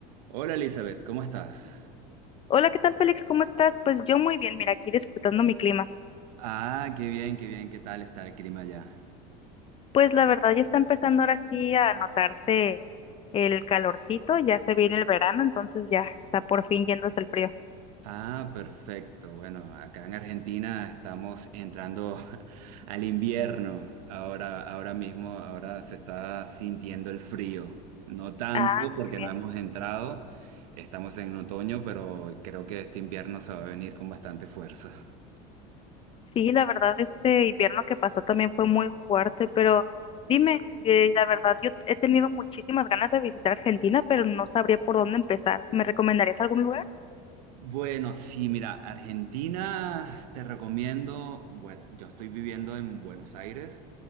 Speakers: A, on the right; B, on the left.
A: Hola Elizabeth, ¿cómo estás?
B: Hola, ¿qué tal, Félix? ¿Cómo estás? Pues yo muy bien, mira, aquí disfrutando mi clima.
A: Ah, qué bien, qué bien, ¿qué tal está el clima allá?
B: Pues la verdad ya está empezando ahora sí a notarse el calorcito, ya se viene el verano, entonces ya está por fin yéndose el frío.
A: Ah, perfecto. Bueno, acá en Argentina estamos entrando <laughs> al invierno. Ahora, ahora mismo, ahora se está sintiendo el frío. No tanto
B: Ah,
A: porque
B: muy bien.
A: no hemos entrado, estamos en otoño, pero creo que este invierno se va a venir con bastante fuerza.
B: Sí, la verdad este invierno que pasó también fue muy fuerte, pero dime, eh, la verdad yo he tenido muchísimas ganas de visitar Argentina, pero no sabría por dónde empezar. ¿Me recomendarías algún lugar?
A: Bueno, sí, mira, Argentina te recomiendo, bueno, yo estoy viviendo en Buenos Aires